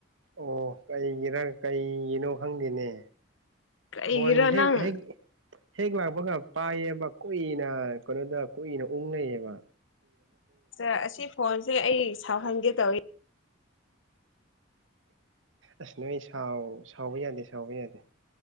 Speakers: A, on the right; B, on the left.
A: ꯑꯣ ꯀꯩꯒꯤꯔ ꯀꯩꯒꯤꯅꯣ ꯈꯪꯗꯦꯅꯦ
B: ꯀꯩꯒꯤꯔꯣ
A: ꯐꯣꯟ ꯍꯦꯛ
B: ꯅꯪ
A: ꯍꯦꯛ ꯍꯦꯛ ꯂꯥꯛꯄꯒ ꯄꯥꯏꯌꯦꯕ ꯀꯨꯏꯅ ꯀꯩꯅꯣꯗ ꯀꯨꯏꯅ ꯎꯪꯂꯩꯌꯦꯕ
B: ꯑ ꯑꯁꯤ ꯐꯣꯟꯁꯦ ꯑꯩ ꯁꯥꯎꯍꯟꯒꯦ ꯇꯧꯋꯦ
A: ꯑꯁ ꯅꯣꯏ ꯁꯥꯎꯕ ꯌꯥꯗꯦ ꯁꯥꯎꯕ ꯌꯥꯗꯦ